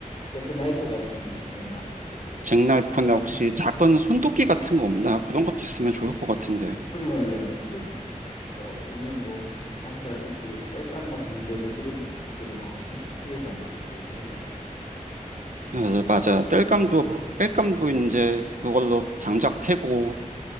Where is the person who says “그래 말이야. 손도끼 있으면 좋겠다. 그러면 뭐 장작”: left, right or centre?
Left